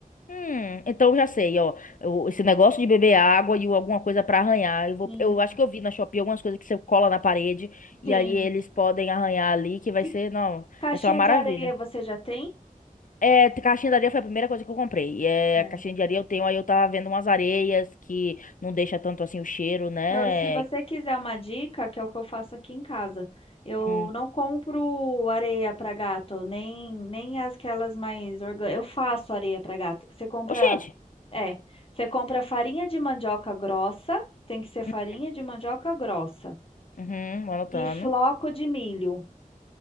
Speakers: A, on the left; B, on the left.
A: Hum, então eu já sei, ó. Eu- esse negócio de beber água e o- alguma coisa pra arranhar. Eu vou,
B: Sim,
A: eu acho que eu vi na Shopee algumas coisas que você cola na parede e
B: sim.
A: aí eles podem arranhar ali, que vai
B: E
A: ser, não,
B: caixinha
A: vai ser uma maravilha.
B: de areia você já tem?
A: É, t- caixinha de areia foi a primeira coisa que eu comprei. É,
B: É.
A: a caixinha de areia eu tenho, aí eu tava vendo umas areias que não deixa tanto assim o cheiro, né?
B: Então, se você quiser uma dica, que é o que eu faço aqui em casa, eu
A: Hum.
B: não compro areia para gato, nem, nem as aquelas mais orgânicas. Eu faço areia para gato. Você compra,
A: Ô, gente.
B: é, você compra farinha de mandioca grossa, tem que ser farinha
A: hum,
B: de mandioca grossa,
A: Uhum, anotando.
B: e floco de milho.